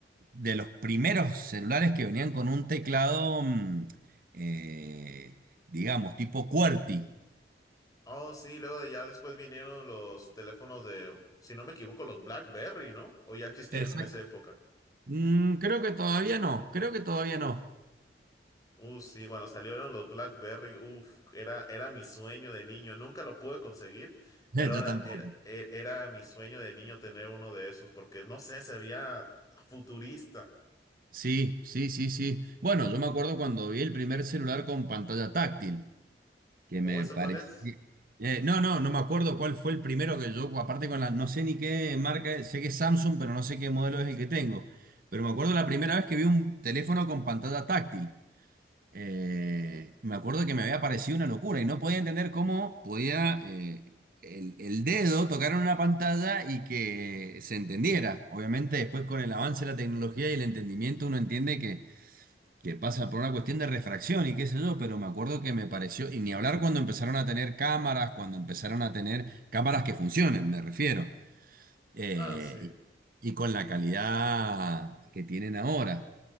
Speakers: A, on the right; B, on the left.
A: De los primeros celulares que venían con un teclado, mm, eh, digamos, tipo QWERTY.
B: Oh, sí, luego de ya después vinieron los teléfonos de, si no me equivoco, los BlackBerry, ¿no? O ya existían
A: Exacto.
B: en esa época.
A: Mm, creo que todavía no, creo que todavía no.
B: Uh, sí, cuando salieron los BlackBerry, uff, era, era mi sueño de niño. Nunca lo pude conseguir, pero
A: <laughs> Yo
B: era,
A: tampoco.
B: era, e- era mi sueño de niño tener uno de esos, porque no sé, se veía futurista.
A: Sí, sí, sí, sí. Bueno, yo me acuerdo cuando vi el primer celular con pantalla táctil, que
B: ¿O
A: me
B: eso
A: parecía...
B: cuál es?
A: Eh, no, no, no me acuerdo cuál fue el primero que yo, aparte con la, no sé ni qué marca, es, sé que es Samsung, pero no sé qué modelo es el que tengo. Pero me acuerdo la primera vez que vi un teléfono con pantalla táctil. Eh, me acuerdo que me había parecido una locura y no podía entender cómo podía eh, el, el dedo tocar en una pantalla y que se entendiera. Obviamente después con el avance de la tecnología y el entendimiento uno entiende que pasa por una cuestión de refracción y qué sé yo, pero me acuerdo que me pareció, y ni hablar cuando empezaron a tener cámaras, cuando empezaron a tener cámaras que funcionen, me refiero, eh,
B: Ah, sí.
A: y, y con la calidad que tienen ahora.